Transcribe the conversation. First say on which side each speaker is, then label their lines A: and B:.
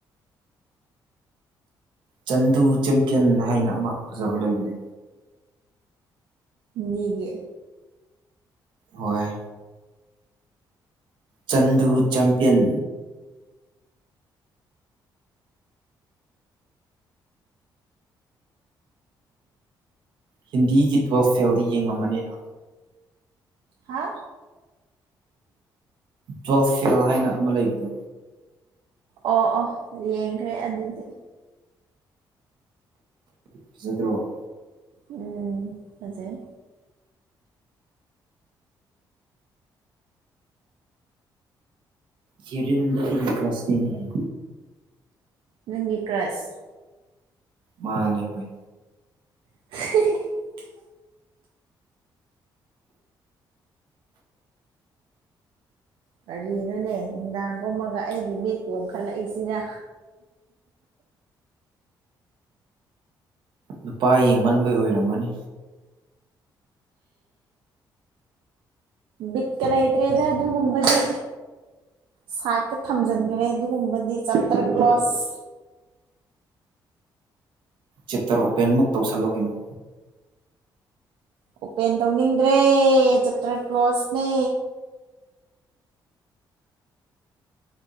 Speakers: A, on the right; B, on the right.
A: ꯆꯟꯗꯨ ꯆꯦꯝꯄꯤꯌꯟ ꯍꯥꯏꯅ ꯑꯃ ꯐꯖꯕ ꯂꯩꯕꯅꯤ
B: ꯅꯤꯒꯤ
A: ꯍꯣꯏ ꯆꯟꯗꯨ ꯆꯦꯝꯄꯤꯌꯟ ꯍꯤꯟꯗꯤꯒꯤ ꯇꯨꯋꯦꯜꯐ ꯐꯦꯜꯗꯤ ꯌꯦꯡꯉꯝꯃꯅꯤꯅ
B: ꯍꯥ
A: ꯇꯨꯋꯦꯜꯐ ꯐꯦꯜ ꯍꯥꯏꯅ ꯑꯃ ꯂꯩꯕꯗꯣ
B: ꯑꯣ ꯑꯣ ꯌꯦꯡꯈ꯭ꯔꯦ ꯑꯗꯨꯗꯤ
A: ꯐꯖꯗ꯭ꯔꯣ
B: ꯎꯝ ꯐꯖꯩ
A: ꯀꯦꯔꯤꯟꯗꯣ ꯑꯩꯒꯤ ꯀ꯭ꯔꯁꯅꯤꯅꯦꯍꯦ
B: ꯅꯪꯒꯤ ꯀ꯭ꯔꯁ
A: ꯃꯥꯅꯦ ꯍꯣꯢ
B: <unintelligible> ꯀꯔꯤꯅꯣꯅꯦ ꯅꯨꯡꯗꯥꯡ ꯇꯨꯝꯃꯒ ꯑꯩꯒꯤ ꯃꯤꯠ ꯄꯣꯝꯈꯠꯂꯛꯏꯁꯤꯅ
A: ꯅꯨꯄꯥ ꯌꯦꯡꯃꯟꯕꯩ ꯑꯣꯏꯔꯝꯃꯅꯤ
B: ꯕꯤꯠꯀ ꯂꯩꯇ꯭ꯔꯦꯗ ꯑꯗꯨꯒꯨꯝꯕꯗꯤ ꯁꯥꯏꯗꯇ ꯊꯝꯖꯟꯒ꯭ꯔꯦ ꯑꯗꯨꯒꯨꯝꯕꯗꯤ ꯆꯞꯇꯔ ꯀ꯭ꯂꯣꯁ
A: ꯆꯦꯞꯇꯔ ꯑꯣꯄꯦꯟꯃꯨꯛ ꯇꯧꯁꯜꯂꯣ ꯀꯩꯅꯣ
B: ꯑꯣꯄꯦꯟ ꯇꯧꯅꯤꯡꯗ꯭ꯔꯦ ꯆꯦꯞꯇꯔ ꯀ꯭ꯂꯣꯁꯅꯦ